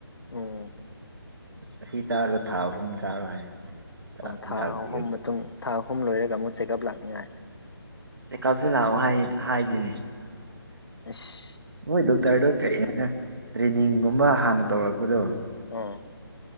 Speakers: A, on the left; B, on the right.
A: ꯎꯝ
B: ꯑꯁꯤ ꯆꯥꯔꯣ ꯊꯥ ꯑꯍꯨꯝ ꯆꯥꯔꯣꯏ ꯍꯥꯏ
A: ꯑꯣ
B: ꯍꯤꯗꯥꯛ
A: ꯊꯥ ꯑꯍꯨꯝ
B: ꯄꯤꯔꯒ
A: ꯃꯇꯨꯡ ꯊꯥ ꯑꯍꯨꯝ ꯂꯣꯏꯔꯒ ꯑꯃꯨꯛ ꯆꯦꯛꯑꯞ ꯂꯥꯛꯅꯤꯡꯉꯥꯏ
B: ꯀꯁꯨꯅ ꯍꯥꯏ ꯍꯥꯏꯗꯅꯦ
A: ꯑꯁ
B: ꯃꯣꯏ ꯗꯣꯛꯇꯔꯗꯣ
A: ꯑꯗꯨ
B: ꯀꯔꯤ ꯍꯥꯏꯅ ꯇ꯭ꯔꯦꯅꯤꯡꯒꯨꯝꯕ ꯍꯥꯟꯅ ꯇꯧꯔꯛꯄꯗꯣ
A: ꯑꯝ